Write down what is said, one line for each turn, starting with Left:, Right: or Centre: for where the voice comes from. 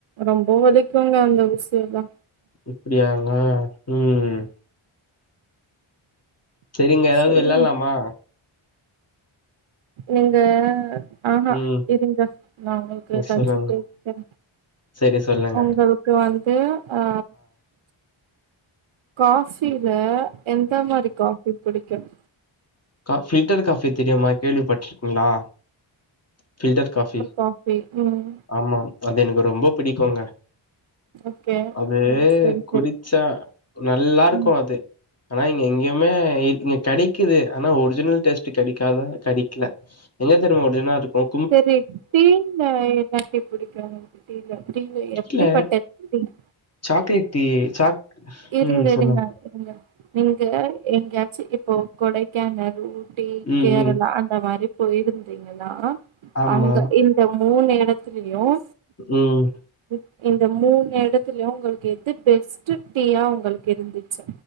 Right: ரொம்ப வலிக்குங்க அந்த ஊசியெல்லா
Left: இப்டியாங்க ம் செரிங்க எதாவ்து
Right: சொல்லுங்க
Left: வெளாட்லாமா
Right: நீங்க ஆ ஆ
Left: ம்
Right: இருங்க நா உங்கள்க்கு எதாச்சு
Left: சொல்லுங்க
Right: கேக்குற
Left: சரி சொல்லுங்க
Right: உங்கள் இப்ப வந்து ஆ காஃபில எந்த மாரி காஃபி பிடிக்கும்
Left: காஃப் ஃபில்டர் காஃபி தெரியமா கேள்விப்பட்ருக்கீங்ளா ஃபில்டர் காஃபி
Right: காஃபி ம்
Left: ஆமா அது எனக்கு ரொம்ப பிடிக்கங்க
Right: ஓகே
Left: அது
Right: ம் சரி
Left: குடிச்சா
Right: சரி
Left: நல்லாருக்கு
Right: ம்
Left: அது ஆனா இங்க எங்கயுமே இங்க கெடைக்குது ஆனா ஒரிஜினல் டேஸ்ட்டு கெடைக்காதா கெடை க்ல எங்க தெரியும்மா ஒருஜின்லா இருக்கும்
Right: சரி டீல்ல என்னா டீ பிடிக்கும் <unintelligible> எப்படிப்பட்ட
Left: இல்ல
Right: புடிக்
Left: சாக்லேட் டீ சாக்
Right: இருங்க
Left: ம் சொல்லுங்
Right: இருங்க நீங்க எங்கயாவ் எங்கயாச்சு இப்போ கொடைக்கானல் ஊட்டி
Left: ம்
Right: கேரளா
Left: ம்
Right: அந்த மாரி போயிருந்தீங்கன்னா
Left: ஆமா
Right: அங்க இந் ந்த மூணு எடத்துலியும்
Left: ம்
Right: ம் இந்த மூணு எடத்துல்யும் உங்களுக்கு எது பெஸ்ட்டு டீயா உங்களுக்கு இருந்துச்சு